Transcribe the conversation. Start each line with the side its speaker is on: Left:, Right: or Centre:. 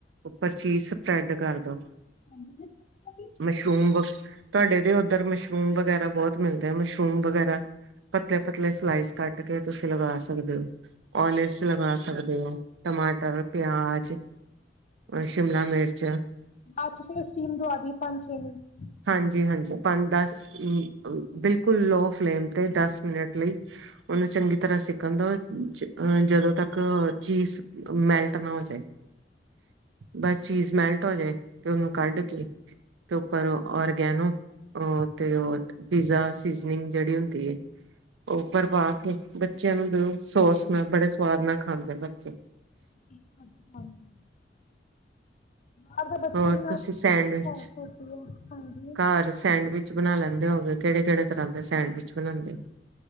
Right: ਉੱਪਰ ਚੀਜ਼ ਸਪਰੈਡ ਕਰਦੋ
Left: ਹੋ ਜਾਏਗਾ
Right: ਮਸ਼ਰੂਮ ਵ <unintelligible> ਤੁਹਾਡੇ ਦੇ ਉੱਧਰ ਮਸ਼ਰੂਮ ਵਗੈਰਾ ਬਹੁਤ ਮਿਲਦੇ ਆ ਮਸ਼ਰੂਮ ਮਸਰੂਮ ਵਗੈਰਾ ਪਤਲੇ ਪਤਲੇ ਸਲਾਈਜ਼ ਕਟ ਕੇ ਤੁਸੀਂ ਲਗਾ ਸਕਦੇ ਹੋ ਓਲਿਵਸ ਲਗਾ ਸਕਦੇ ਹੋ ਟਮਾਟਰ ਪਿਆਜ ਸ਼ਿਮਲਾ ਮਿਰਚ
Left: ਬਾਅਦ ਚ ਫੇਰ ਸਟੀਮ ਦਵਾਦੀਏ ਪੰਜ ਛੇ ਮਿੰਟ
Right: ਹਾਂਜੀ-ਹਾਂਜੀ ਪੰਜ ਦਸ ਬਿਲਕੁਲ ਲੋਅ ਫਲੇਮ ਤੇ ਦਸ ਮਨਟ ਲਈ ਉਹਨੂੰ ਚੰਗੀ ਤਰ੍ਹਾਂ ਸਿੱਕਣ ਦਾ ਜਦੋਂ ਤੱਕ ਚੀਜ਼ ਮੈਲਟ ਟਣਾ ਹੋ ਚੇ ਬਸ ਚੀਜ਼ ਸਮੈਲਟ ਹੋ ਜਾਏ ਤੇ ਉਹਨੂੰ ਕੱਢ ਕੇ ਤੇ ਉੱਪਰ ਔਰਗੈਨੋ ਅ ਤੇ ਉਹ ਪੀਜ਼ਾ ਜਨਿੰਗ ਜਿਹੜੀ ਹੁੰਦੀ ਹੈ ਉਹ ਪ੍ਰਰਭ ਕੇ ਬੱਚਿਆਂ ਨੂੰ ਸੋਸ ਨਾਲ ਬੜੇ ਸਵਾਦ ਨਾਲ ਖਾਂਦੇ ਬੱਚੇ
Left: <unintelligible> ਬਾਅਦ ਦਾ ਬੱਚੇ
Right: ਹੋਰ
Left: ਇਨਾ
Right: ਤੁਸੀਂ
Left: ਸਾਫਚ
Right: ਸੈਂਡਵਿਚ
Left: ਆ ਹਾਂਜੀ
Right: ਘਰ ਸੈਂਡਵਿਚ ਬਣਾ ਲੈਂਦੇ ਹੋਗੇ ਕਿਹੜੇ ਕਿਹੜੇ ਤਰ੍ਹਾਂ ਦੇ ਸੈਂਡਵਿਚ ਬਣਾਉਂਦੇ ਹੋ?